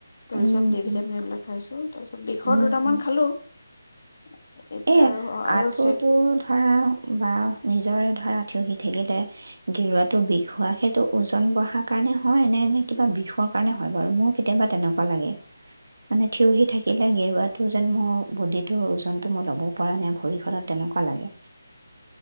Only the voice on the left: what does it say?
কেলচিয়াম
দি, ভিটামিন
এইবিলাক খাইছোঁ। তাৰ পিছত, বিষৰ
দুটামান খালোঁ। <inaudible>
আৰু আৰু
শেষ